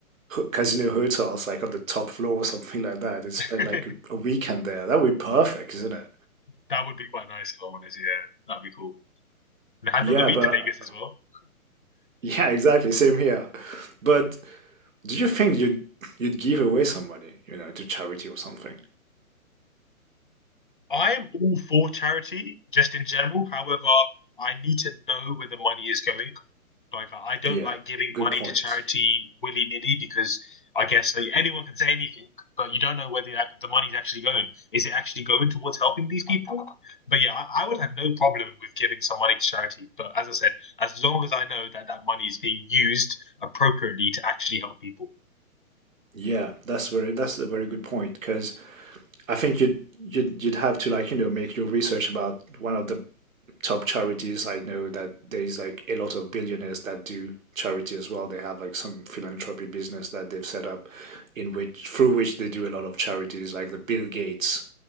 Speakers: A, on the right; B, on the left.
A: casino hotels, like on the top floor or something like that, and spend
B: right.
A: like
B: <laughs>
A: a weekend there. That would be perfect, isn't it?
B: That would be quite nice if I'm honest. Yeah, that'd be cool. And I've
A: Yeah,
B: never been
A: but
B: to Vegas as well.
A: <laughs> Yeah, exactly. Same here. But do you think you'd you'd give away some money, you know, to charity or something?
B: I am all for charity, just in general. However, I need to know where the money is going. Like, I I don't
A: Yeah,
B: like giving
A: good
B: money
A: point.
B: to charity willy-nilly because I guess like, anyone can say anything, but you don't know where the, the money's actually going. Is it actually going towards helping these people? But yeah, I, I would have no problem with giving some money to charity. But as I said, as long as I know that that money is being used appropriately to actually help people.
A: Yeah, that's very that's a very good point because I think you'd you'd you'd have to like, you know, make your research about one of the top charities. I know that there's like a lot of billionaires that do charity as well. They have like some philanthropy business that they've set up in which through which they do a lot of charities like the Bill Gates